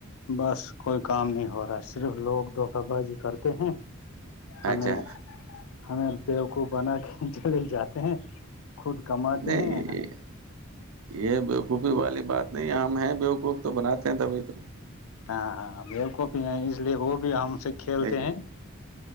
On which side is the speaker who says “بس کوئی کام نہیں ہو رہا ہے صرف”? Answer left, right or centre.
Left